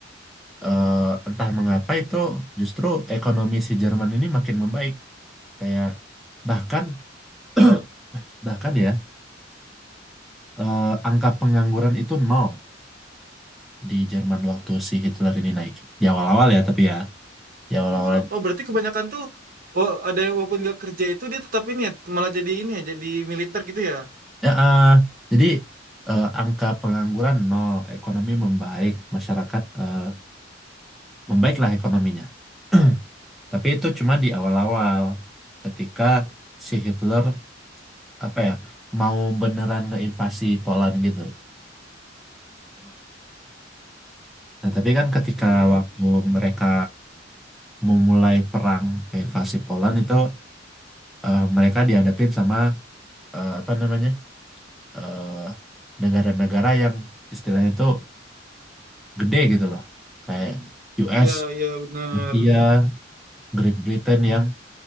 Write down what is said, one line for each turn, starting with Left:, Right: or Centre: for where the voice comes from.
Centre: eh, entah mengapa itu justru ekonomi si Jerman ini makin membaik. Kayak bahkan <clears throat> bahkan ya eh, angka pengangguran itu nol di Jerman waktu si Hitler ini naik. Di awal-awal ya tapi ya di awal-awal
Right: nol oh berarti kebanyakan tuh Oh, ada yang walaupun nggak kerja itu dia tetap ini ya, malah jadi ini ya, jadi militer gitu ya.
Centre: ya, eh, jadi eh, angka pengangguran nol, ekonomi membaik, masyarakat eh, membaiklah ekonominya. <clears throat> Tapi itu cuma di awal-awal ketika si Hitler apa ya mau beneran ngeinvasi Poland gitu. Nah, tapi kan ketika
Right: Hmm,
Centre: waktu mereka memulai perang ke invasi Poland itu eh, mereka dihadapin sama eh, apa namanya eh, negara-negara yang istilahnya itu gede gitu loh, kayak US,
Right: iya, iya benar.
Centre: Rusia, Great Britain yang